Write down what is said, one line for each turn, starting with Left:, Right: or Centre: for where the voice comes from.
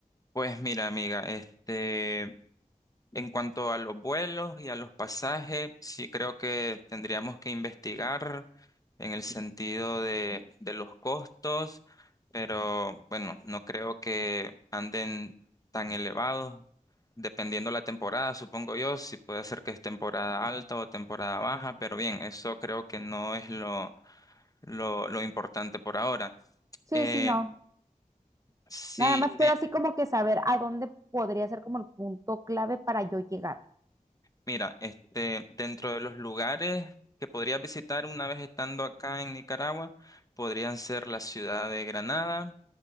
Left: Pues mira, amiga, este, en cuanto a los vuelos y a los pasajes, sí creo que tendríamos que investigar en el sentido de, de los costos, pero bueno, no creo que anden tan elevados, dependiendo la temporada, supongo yo, si puede ser que es temporada alta o temporada baja, pero bien, eso creo que no es lo, lo, lo importante por ahora.
Right: Sí,
Left: Eh,
Right: sí, no.
Left: sí,
Right: Nada más Sí, quiero así como que saber a dónde podría ser como el punto clave para yo llegar.
Left: Mira, este, dentro de los lugares que podría visitar una vez estando acá en Nicaragua, podrían ser la ciudad de Granada,